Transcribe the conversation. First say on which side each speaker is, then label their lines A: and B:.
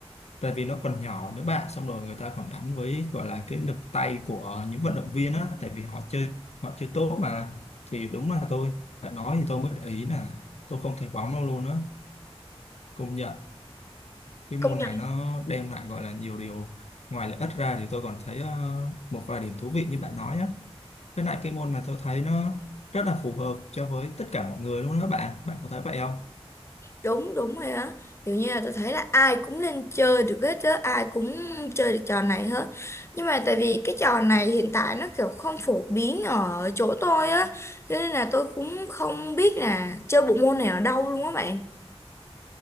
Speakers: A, on the left; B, on the left.
A: tại vì nó còn nhỏ nữa bạn xong rồi người ta còn đánh với gọi là cái lực tay của những vận động viên á tại vì họ chơi họ chơi tốt mà thì đúng là tôi đã nói thì tôi mới để ý là tôi không thấy bóng đâu luôn á công nhận cái
B: công
A: môn này nó đem lại gọi là nhiều điều ngoài lợi ích ra thì tôi còn thấy ờ, một vài điểm thú vị như bạn nói nhé với lại cái môn này tôi thấy nó rất là phù hợp cho với tất cả mọi người luôn đó bạn bạn có thấy vậy không
B: đúng đúng rồi á kiểu như là tôi thấy là ai cũng nên chơi được hết á ai cũng chơi được trò này hết nhưng mà tại vì cái trò này hiện tại nó kiểu không phổ biến ở chỗ tôi á cho nên là tôi cũng không biết là chơi bộ môn này ở đâu luôn á bạn